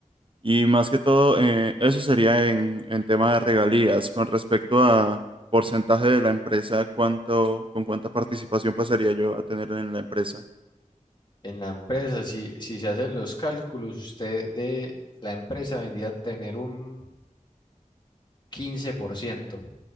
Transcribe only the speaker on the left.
en la empresa. Si, si se hacen los cálculos, usted de la empresa vendría a tener un 15%.